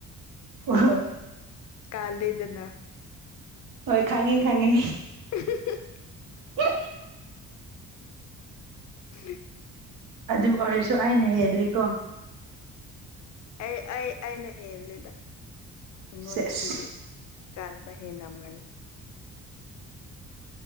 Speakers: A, on the right; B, on the left.
A: ꯍꯣꯏ
B: ꯀꯂꯂꯦꯗꯅ
A: ꯍꯣꯏ ꯈꯪꯉꯤ ꯈꯥꯡꯉꯤ
B: <unintelligible>
A: ꯍ
B: ꯎ
A: ꯑꯗꯨ ꯑꯣꯏꯔꯁꯨ ꯑꯩꯅ ꯍꯦꯜꯂꯤꯀꯣ
B: ꯑꯩ ꯑꯩ ꯑꯩꯅ ꯍꯦꯜꯂꯦꯗ ꯑꯩꯉꯣꯟꯗꯒꯤꯗꯤ
A: ꯁꯦꯁ
B: ꯀꯥꯟꯕ ꯍꯅꯝꯒꯅꯤ